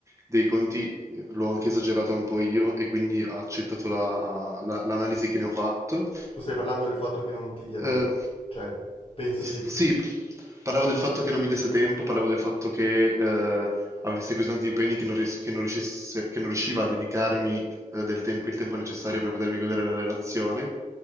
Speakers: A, on the right (about 20°); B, on the left (about 40°).
A: dei conti eh, l'ho anche esagerata un po' io e quindi ha accettato la- la- l'analisi che ne ho fatto.
B: tu stai parlando del fatto che non ti dia tempo,
A: Eh,
B: cioè pensi
A: s- sì, parlavo del fatto che non mi desse tempo, parlavo del fatto che eh, avessi così tanti impegni che non, ries- che non riuscisse- che non riusciva a dedicarmi eh, del tempo- il tempo necessario per potermi godere la relazione.